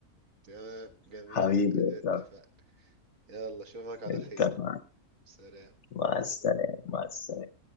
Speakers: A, on the right; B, on the left.
A: تمام جميل
B: <laughs> حبيبي
A: ادينا اتفقنا
B: يا
A: يلا اشوفك على
B: صاحبي
A: خير
B: اتفقنا
A: سلام
B: مع السلامة مع السلامة